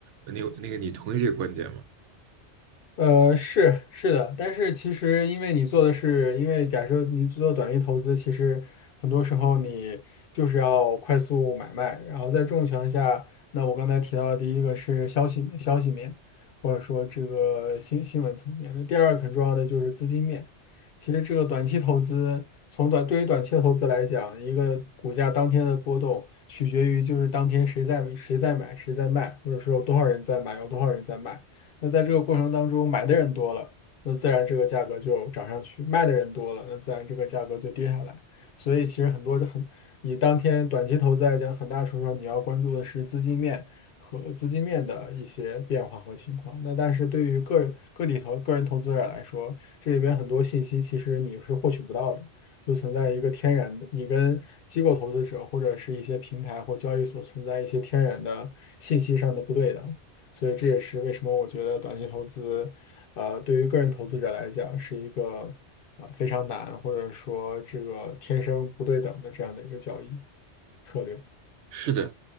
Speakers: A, on the right; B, on the left.
A: 那那个，你同意这个观点吗？
B: 呃，是是的，但是其实因为你做的是，因为假设你做短期投资，其实很多时候你就是要快速买卖，然后在这种情况下，那我刚才提到的第一个是消息消息面，或者说这个新新闻层面，那第二个很重要的就是资金面。其实这个短期投资，从短对于短期的投资来讲，一个股价当天的波动取决于就是当天谁在谁在买，谁在卖，或者说有多少人在买，有多少人在卖。那在这个过程当中，买的人多了，那自然这个价格就涨上去；卖的人多了，那自然这个价格就跌下来。所以其实很多这很，你当天短期投资来讲，很大程度上你要关注的是资金面和资金面的一些变化和情况。那但是对于个人个体投个人投资者来说，这里边很多信息其实你是获取不到的。就存在一个天然的，你跟机构投资者或者是一些平台或交易所存在一些天然的信息上的不对等。所以这也是为什么我觉得短期投资，呃，对于个人投资者来讲是一个呃非常难，或者说这个天生不对等的这样的一个交易策略。
A: 是的，